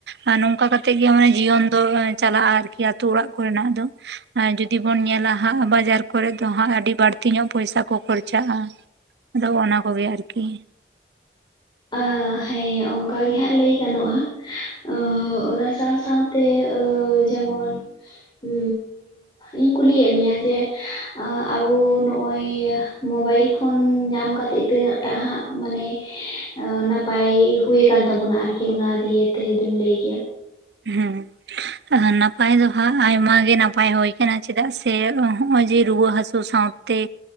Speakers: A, on the right; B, on the left.
A: ᱟᱨ ᱱᱚᱝᱠᱟ ᱠᱟᱛᱮᱜ ᱜᱮ ᱢᱟᱱᱮ ᱡᱤᱭᱚᱱ ᱫᱚ ᱪᱟᱞᱟᱜᱼᱟ ᱟᱨᱠᱤ ᱟᱛᱩ ᱚᱲᱟᱜ ᱠᱚᱨᱮᱱᱟᱜ ᱫᱚ᱾ ᱟᱨ ᱡᱩᱫᱤ ᱵᱚᱱ ᱧᱮᱞᱟ ᱦᱟᱸᱜ ᱵᱟᱡᱟᱨ ᱠᱚᱨᱮ ᱫᱚ ᱦᱟᱸᱜ ᱟᱹᱰᱤ ᱵᱟᱲᱛᱤ ᱧᱚᱜ ᱯᱚᱭᱥᱟ ᱠᱚ ᱠᱷᱚᱨᱪᱟᱜᱼᱟ ᱟᱫᱚ ᱚᱱᱟ ᱠᱚᱜᱮ ᱟᱨᱠᱤ
B: ᱟ ᱦᱮᱸ ᱚᱝᱠᱟᱜᱮ ᱦᱟᱸᱜ ᱞᱟᱹᱭ ᱜᱟᱱᱚᱜ-ᱟ᱾ ᱚ ᱚᱱᱟ ᱥᱟᱶ ᱥᱟᱶᱛᱮ ᱡᱮᱢᱚᱱ ᱩ ᱤᱧ ᱠᱩᱞᱤᱭᱮᱫ ᱢᱮᱭᱟ ᱡᱮ ᱟᱵᱩ ᱱᱚᱜᱼᱚᱭ ᱢᱳᱵᱟᱭᱤᱞ ᱯᱷᱳᱱ ᱧᱟᱢ ᱠᱟᱛᱮᱜ ᱛᱤᱱᱟᱹᱜ ᱴᱟᱜ ᱦᱟᱸᱜ ᱢᱟᱱᱮ ᱮᱸ ᱚ ᱱᱟᱯᱟᱭ ᱦᱩᱭ ᱟᱠᱟᱱ ᱛᱟᱵᱚᱱᱟ ᱟᱨᱠᱤ ᱚᱱᱟ ᱫᱤᱭᱮᱛᱮ ᱡᱩᱫᱤᱢ ᱞᱟᱹᱭ ᱠᱮᱭᱟ?
A: ᱦᱩᱸ ᱟᱨ ᱱᱟᱯᱟᱭ ᱫᱚᱦᱟᱸᱜ ᱟᱭᱢᱟᱜᱮ ᱱᱟᱯᱟᱭ ᱦᱩᱭ ᱟᱠᱟᱱᱟ ᱾ ᱪᱮᱫᱟᱜ ᱥᱮ ᱦᱚᱸᱜᱼᱚᱭ ᱡᱮ ᱨᱩᱣᱟᱹ ᱦᱟᱹᱥᱩ ᱥᱟᱶ ᱛᱮ